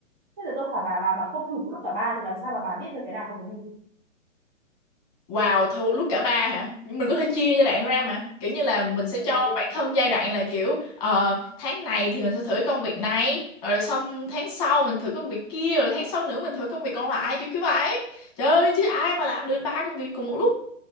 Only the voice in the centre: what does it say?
thế là tôi hỏi bà bà mà không thử lúc cả ba thì làm sao mà bà biết được cái nào hợp với
mình